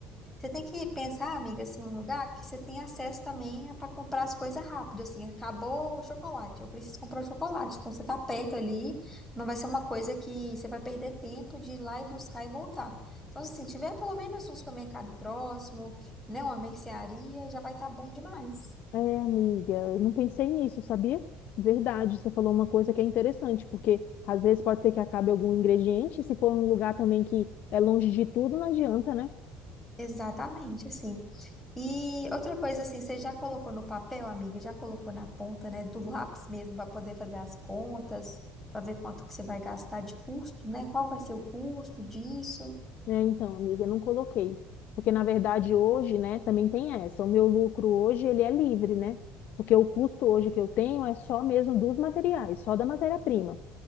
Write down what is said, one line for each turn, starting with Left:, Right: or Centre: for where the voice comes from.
Centre: Você tem que pensar, amiga, assim, um lugar que você tem acesso também para comprar as coisas rápido, assim, acabou o chocolate, eu preciso comprar o chocolate. Então você tá perto ali, não vai ser uma coisa que você vai perder tempo de ir lá e buscar e voltar. Então, assim, tiver pelo menos um supermercado próximo, né, uma mercearia, já vai estar bom demais.
Left: É, amiga, eu não pensei nisso, sabia? Verdade, você falou uma coisa que é interessante, porque às vezes pode ser que acabe algum ingrediente, se for um lugar também que é longe de tudo, não adianta, né?
Centre: Exatamente, assim. E outra coisa assim, você já colocou no papel, amiga? Já colocou na ponta, né, do lápis mesmo para poder fazer as contas, para ver quanto que você vai gastar de custo, né? Qual vai ser o custo disso?
Left: É, então, amiga, eu não coloquei. Porque, na verdade, hoje, né, também tem essa. O meu lucro hoje, ele é livre, né? Porque o custo hoje que eu tenho é só mesmo dos materiais, só da matéria-prima.